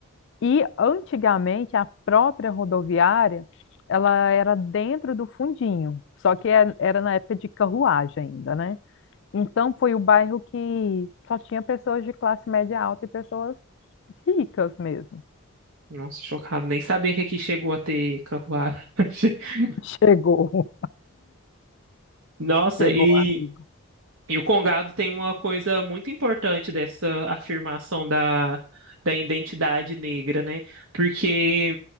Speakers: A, on the left; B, on the right.
A: E antigamente a própria rodoviária, ela era dentro do Fundinho, só que é- era na época de carruagem ainda, né? Então foi o bairro que só tinha pessoas de classe média alta e pessoas ricas mesmo.
B: Nossa, chocado. Nem sabia que aqui chegou a ter carruagem. <laughs>
A: Chegou. <laughs>
B: Nossa,
A: Chegou,
B: e
A: amigo.
B: E o Congado tem uma coisa muito importante dessa afirmação da, da identidade negra, né? Porque